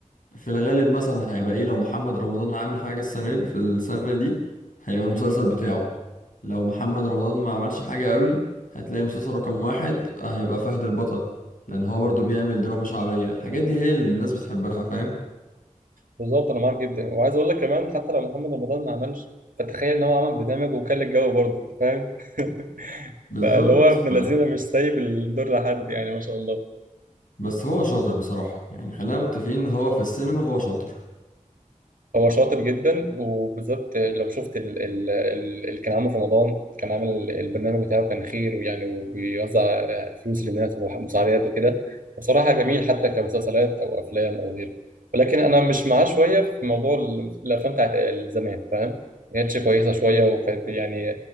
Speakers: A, on the left; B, on the right.
A: في الغالب مثلا هيبقى ايه لو محمد رمضان عامل حاجة السنة دي في السنة دي هيبقى المسلسل بتاعه لو محمد رمضان ما عملش حاجة قوي هتلاقي مسلسل رقم واحد هيبقى فهد البطل لأن هو برضو بيعمل دراما شعبية الحاجات دي هي اللي الناس بتحبها فاهم
B: بالظبط أنا معاك جدا وعايز أقول لك كمان حتى لو محمد رمضان ما عملش فتخيل إن هو عمل برنامج وكان الجو برضه أنت فاهم <laughs>
A: بالظبط
B: فاللي هو
A: فعلا
B: ابن الذين مش سايب الدور لحد يعني ما شاء الله
A: بس هو شاطر بصراحة يعني خلينا متفقين ان هو في السينما هو شاطر
B: هو شاطر جدا وبالذات لو شفت ال- ال- ال- اللي كان عامله في رمضان كان عامل البرنامج بتاعه كان خير ويعني وبيوزع آه، فلوس للناس ومساعدات وكده بصراحة جميل حتى كمسلسلات أو أفلام أو غيره ولكن أنا مش معاه شوية في موضوع ال- الأفلام بتاعت زمان فاهم؟ ما كانتش كويسة شوية وكانت يعني